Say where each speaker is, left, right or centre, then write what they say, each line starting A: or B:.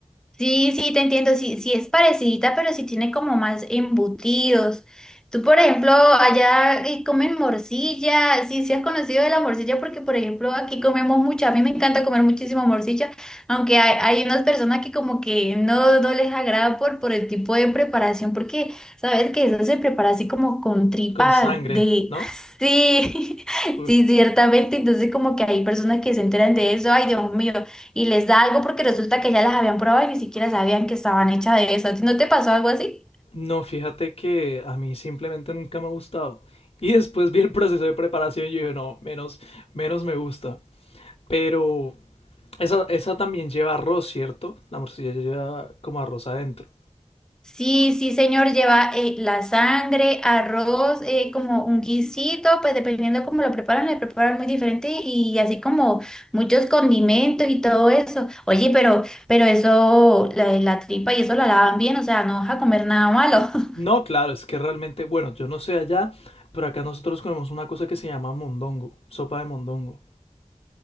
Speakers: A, in the centre; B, on the left.
A: Sí, sí, te entiendo, sí, sí es parecidita, pero sí tiene como más embutidos. Tú, por ejemplo, allá eh, comen morcilla, sí, sí has conocido de la morcilla porque, por ejemplo, aquí comemos mucha, a mí me encanta comer muchísimo morcilla, aunque hay, hay unas personas que como que no, no les agrada por, por el tipo de preparación, porque sabes que eso se prepara así como con tripa
B: Con sangre,
A: de...
B: ¿no?
A: <laughs> Sí, <laughs>
B: Uf.
A: sí, ciertamente, entonces como que hay personas que se enteran de eso, ay, Dios mío y les da algo porque resulta que ya las habían probado y ni siquiera sabían que estaban hechas de eso. ¿A ti ¿No te pasó algo así?
B: No, fíjate que a mí simplemente nunca me ha gustado. Y después vi el proceso de preparación y yo dije, no, menos, menos me gusta. Pero esa, esa también lleva arroz, ¿cierto? La morcilla ya lleva como arroz adentro.
A: Sí, sí, señor, lleva eh, la sangre, arroz, eh, como un guisito, pues dependiendo cómo lo preparan, le preparan muy diferente y así como muchos condimentos y todo eso. Oye, pero, pero eso, la, la tripa y eso la lavan bien, o sea, no vas a comer nada malo. <laughs>
B: No, claro, es que realmente, bueno, yo no sé allá, pero acá nosotros comemos una cosa que se llama mondongo, sopa de mondongo.